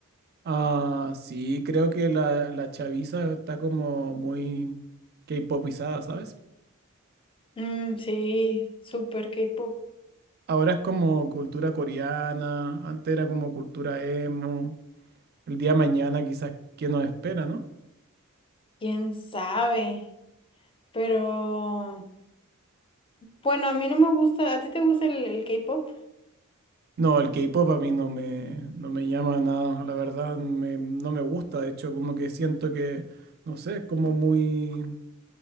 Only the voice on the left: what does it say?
Mm, sí, super K-pop,
quién sabe, pero, bueno, a mí no me gusta, ¿a ti te gusta el el K-pop?